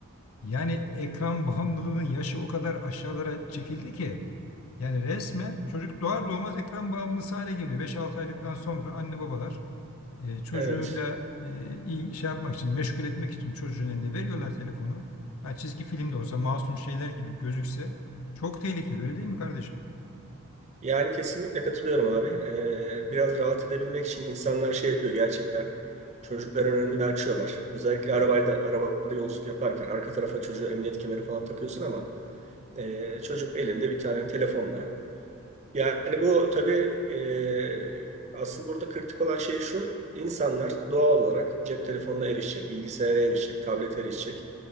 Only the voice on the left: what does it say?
yani ekran bağımlılığının yaşı o kadar aşağılara çekildi ki yani resmen çocuk doğar doğmaz ekran bağımlısı hale geliyor. beş altı aylıktan sonra anne babalar e, çocuğuyla
e, il- şey yapmak için, meşgul etmek için çocuğun eline veriyorlar telefonu. Ha, çizgi film de olsa masum şeyler gibi gözükse çok tehlikeli öyle değil mi kardeşim?